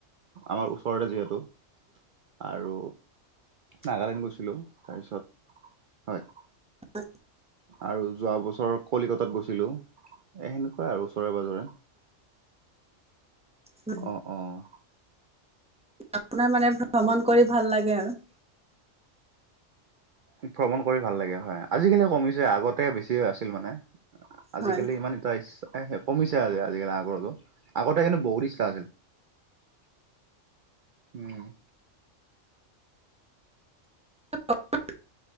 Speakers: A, on the right; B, in the centre.
A: আমাৰ ওচৰতে যিহেতু। আৰু নাগালেণ্ড গৈছিলোঁ তাৰপিছত হয়।
B: আ
A: আৰু যোৱা বছৰ কলিকতাত গৈছিলো এ সেনেকুৱাই আৰু ওচৰে পাজৰে।
B: উ
A: অ অ
B: আপোনাৰ মানে ভ্ৰমণ কৰি ভাল লাগে আৰু!
A: ভ্ৰমণ কৰি ভাল লাগে হয় আজিকালি কমিছে আগতে বেছি আছিল মানে। আজিকালি
B: হয়
A: ইমান এটা ইচ্ছ এহে কমিছে আজি আজিকালি আগৰটো। আগতে কিন্তু বহুত ইচ্ছা আছিল উম।
B: <inaudible>